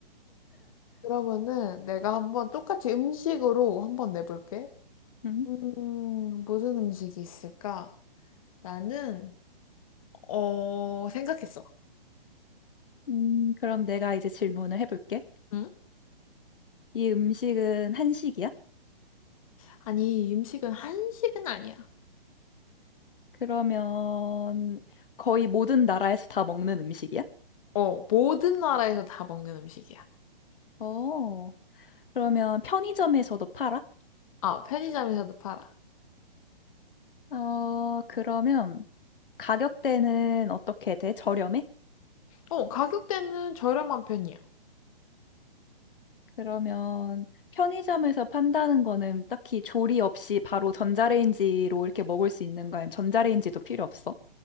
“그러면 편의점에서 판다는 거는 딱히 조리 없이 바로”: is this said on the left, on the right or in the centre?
Left